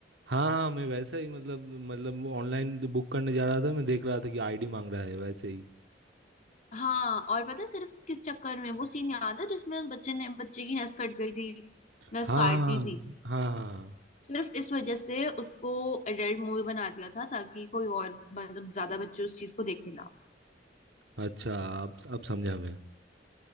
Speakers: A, on the right (about 80°); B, on the left (about 45°).
A: हाँ हाँ मैं वैसा ही मतलब मतलब ऑनलाइन बुक करने जा रहा था मैं देख रहा था कि आईडी मांग रहा है वैसे ही
B: हाँ और पता है सिर्फ किस चक्कर में वो सीन याद है जिसमें उस बच्चे ने बच्चे की नस कट गई थी
A: हाँ
B: नस काट
A: हाँ
B: दी थी
A: हाँ हाँ हाँ
B: सिर्फ इस वजह से उसको एडल्ट मूवी बना दिया था ताकि कोई और मतलब ज्यादा बच्चे उस चीज को देखे ना
A: हाँ। अच्छा अब अब समझा मैं